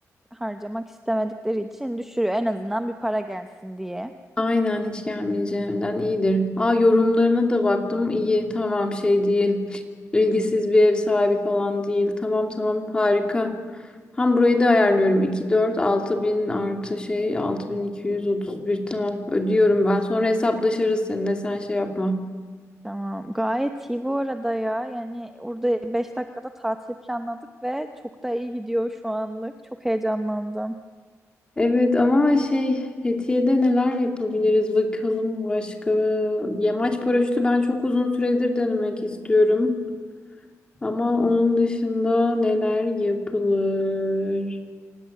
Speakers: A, in the centre; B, on the left.
A: harcamak istemedikleri için düşürüyor. En azından bir para gelsin diye.
B: Aynen hiç gelmeyeceğimden iyidir. Aa yorumlarına da baktım. İyi tamam şey değil. İlgisiz bir ev sahibi falan değil. Tamam tamam harika. Hem burayı da ayarlıyorum. iki 4 6 bin artı şey altı bin iki yüz otuz bir tamam ödüyorum ben. Sonra hesaplaşırız seninle sen şey yapma.
A: Tamam. Gayet iyi bu arada ya. Yani orada 5 dakikada tatil planladık ve çok da iyi gidiyor şu anlık. Çok heyecanlandım.
B: Evet ama şey Fethiye'de neler yapabiliriz bakalım başka. Yamaç paraşütü ben çok uzun süredir denemek istiyorum. Ama onun dışında neler yapılır?